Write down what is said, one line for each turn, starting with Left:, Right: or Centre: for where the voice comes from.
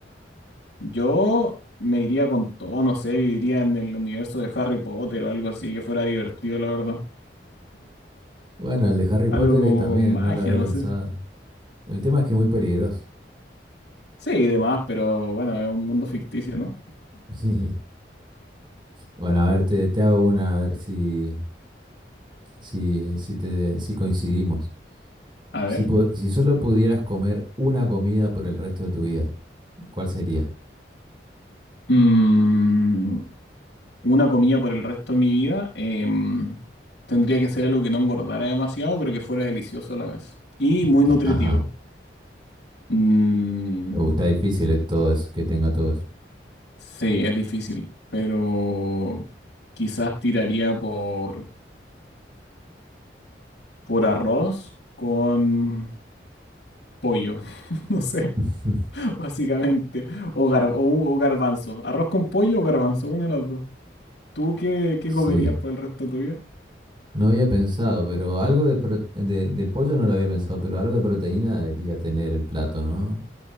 Left: Yo me iría con todo, no sé, viviría en el universo de Harry Potter o algo así que fuera divertido, la verdad.
Right: Bueno, el de Harry
Left: Algo
Right: Potter
Left: como
Right: eh, también,
Left: con magia,
Right: no lo había
Left: no
Right: pensado.
Left: sé.
Right: El tema es que es muy peligroso.
Left: Sí, y demás, pero bueno, es un mundo ficticio, ¿no?
Right: <laughs> Sí. Bueno, a ver, te, te hago una, a ver si, si, si, te, si coincidimos.
Left: A
Right: Si,
Left: ver.
Right: pu- si solo pudieras comer una comida por el resto de tu vida, ¿cuál sería?
Left: Mm, una comida por el resto de mi vida. em, tendría que ser algo que no engordara demasiado, pero que fuera delicioso a la vez. Y muy
Right: Eh,
Left: nutritivo.
Right: ajá,
Left: Mm,
Right: Uh, está difícil eh, todo eso, que tenga todo eso.
Left: sí, es difícil, pero quizás tiraría por... por arroz con pollo, <laughs> no sé,
Right: <laughs>
Left: básicamente, o, gar- o, un- o garbanzo, arroz con pollo o garbanzo, una de las dos. ¿Tú qué, qué
Right: Sí,
Left: comerías por el resto tuyo?
Right: no había pensado, pero algo de, pro- de, de pollo no lo había pensado, pero algo de proteína debería tener el plato, ¿no?